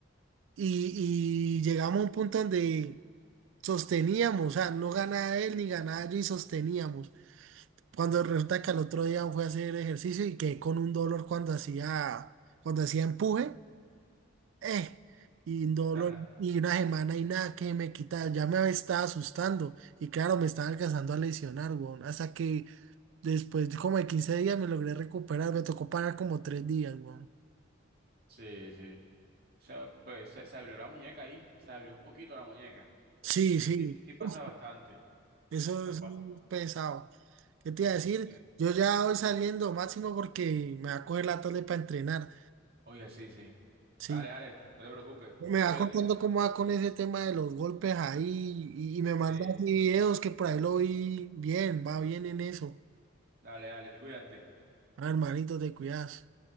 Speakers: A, on the right; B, on the right.
A: y, y llegamos a un punto donde sosteníamos, o sea, no ganaba él ni ganaba yo y sosteníamos. Cuando resulta que al otro día fue a hacer ejercicio y quedé con un dolor cuando hacía, cuando hacía empuje, eh, y un dolor,
B: sea,
A: y una semana y nada que me quitaba, ya me estaba asustando, y claro, me estaba alcanzando a lesionar, weón, hasta que después de como de 15 días me logré recuperar, me tocó parar como 3 días, weón.
B: Sí, sí. O sea, pues se, se abrió la muñeca ahí, se abrió un poquito la muñeca.
A: Sí,
B: Eso
A: sí,
B: sí, sí pasa
A: Uf,
B: bastante.
A: eso
B: Con
A: es
B: bast-
A: muy pesado. ¿Qué te iba a decir?
B: sí.
A: Yo ya voy saliendo máximo porque me va a coger la tarde para entrenar,
B: Oye, sí, sí.
A: sí.
B: Dale, dale, no te preocupes,
A: Me
B: cuídate.
A: va contando cómo va con ese tema de los golpes ahí y, y me manda
B: Sí,
A: así
B: sí.
A: videos que por ahí lo vi bien, va bien en eso.
B: Dale, dale, cuídate.
A: Ah, hermanito, te cuidas.